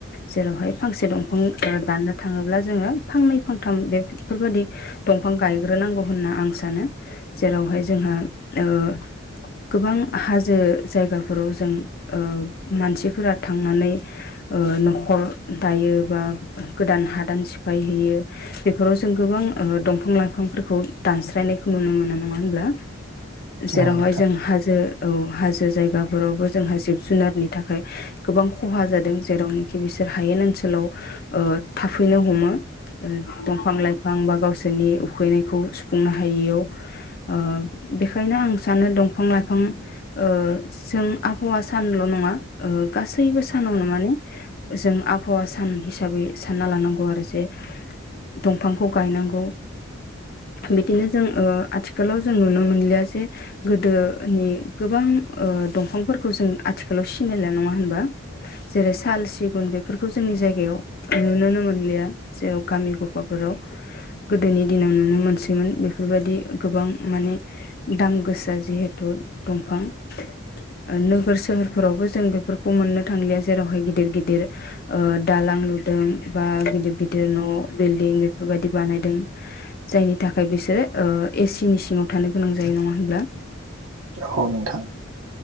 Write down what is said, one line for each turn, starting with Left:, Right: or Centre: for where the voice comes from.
Left: जेरावहाय फांसे दंफां ओ दाननो थाङोब्ला जोङो फांनै फांथाम बेब बेफोरबादि दंफां गायग्रोनांगौ होनना आं सानो जेरावहाय जोंहा ओ गोबां हाजो जायगाफोराव जों ओ मानसिफ फोरा थांनानै ओ न'खर दायो । बा गोदान हादान सिफाय हैैयो बेफोराव जों गोबां ओ दंफां लाइफांफोरखौ दानस्रायनायखौ नुनो मोनो नङा होनब्ला? जेराव
Right: औ नोंथां
Left: हाय जों हाजो औ हाजो जायगाफोरावबो जोंहा जिब जुनारनि थाखाय गोबां खहा जादों जेरावनोखि बिसोर हायेन ओनसोलाव ओ थाफैनो हमो ओ दंफां लाइफां बा गावसोरनि उखैनायखौ सुफुंनो हायैयाव ओ बेखायनो आं सानो दंफां लाइफां ओ जों आबहावा सानल' नङा ओ गासैबो सानावनो माने जों आबहावा सान हिसाबै सानना लानांगौ आरो जे दंफांखौ गायनांगौ बिदिनो जों ओ आथिखालाव जों नुनो मोनलिया जे गोदोनि गोबां ओ दंफांफोरखौ जों आथिखालाव सिनायला नङा होन बा जैरै साल सिगुन बेफोरखौ जोंनि जायगायाव नुनोनो मोनलिया जेराव गामि गफाफोराव गोदोनि दिनाव नुनो मोनसैमोन बेफोरबायदि गोबां माने दाम गोसा जिहेथु दंफां ओ नोगोर सोहोर फोरावबो जों बेफोर खौ मोननो थांलिया जेरावहाय गिदिर गिदिर ओ दालां लुदों । बा गिदिर गिदिर न' बिल्डिं बेफोर बायदि बानायदों । जायनि थाखाय बिसोरो ओ एसिनि सिङाव थानो गोनां जायो नङा होनब्ला?
Right: औ नोंथां ।